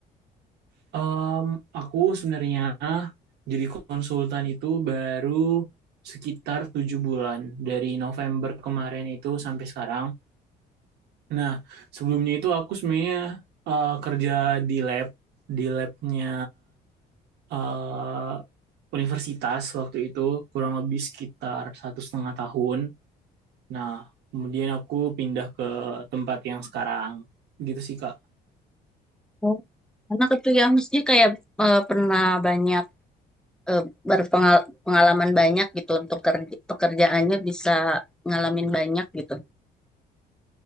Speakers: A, on the right; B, in the centre.
A: Em, aku sebenarnya jadi konsultan itu baru sekitar 7 bulan, dari November kemarin itu sampai sekarang. Nah, sebelumnya itu aku sebenarnya eh, kerja di lab, di labnya eh, universitas waktu itu kurang lebih sekitar satu setengah tahun. Nah, kemudian aku pindah ke tempat yang sekarang. Gitu sih, Kak.
B: Oh. Karena itu ya mesti kayak eh, pernah banyak eh, berpengalaman banyak gitu untuk kerja- pekerjaannya bisa ngalamin banyak gitu.